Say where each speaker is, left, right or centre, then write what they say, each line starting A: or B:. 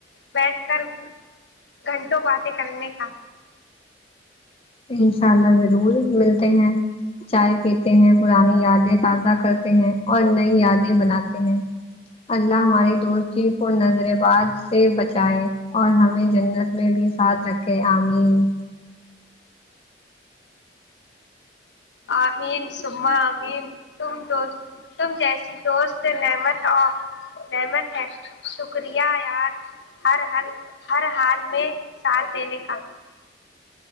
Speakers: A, on the left; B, on the left.
A: بیٹھ کر گھنٹوں باتیں کرنے کا
B: انشاء اللہ ضرور ملتے ہیں چائے پیتے ہیں پرانی یادیں تازہ کرتے ہیں اور نئی یادیں بناتے ہیں اللہ ہماری دوستی کو نظر باز سے بچائے اور ہمیں جنت میں بھی ساتھ رکھے آمین
A: امین سمہ امین تم تو تم جیسی دوست نعمت رحمت ہے شکریہ یار ہر ہل ہر حال میں ساتھ دینے کا